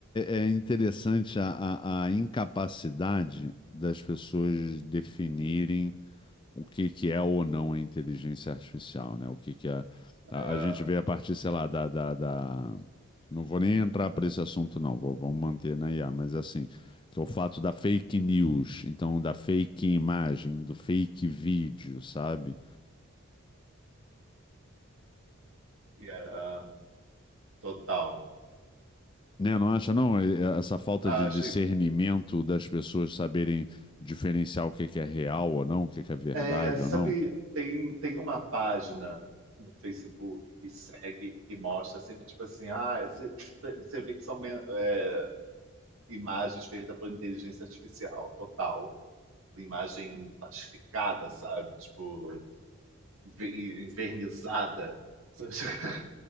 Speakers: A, on the left; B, on the right.
A: é- é é interessante a, a- a incapacidade das pessoas definirem o que, que é ou não a inteligência artificial, né? O que, que é, a,
B: É,
A: a gente vê a partir, sei lá, da, da, da- Não vou nem entrar para esse assunto, não, vou, vamos manter na IA, mas assim, que é o fato da fake news, então da fake imagem, do fake vídeo, sabe?
B: é, total.
A: Né, não acha, não? É, Essa falta
B: Acho.
A: de discernimento das pessoas saberem diferenciar o que que é real ou não, o que que é verdade
B: É, sabe,
A: ou não.
B: tem, tem uma página no Facebook que segue, que mostra sempre, tipo assim, ah, esse- você vê que são é, imagens feitas por inteligência artificial, total. Imagem plastificada, sabe? Tipo, enver- envernizada. <laughs>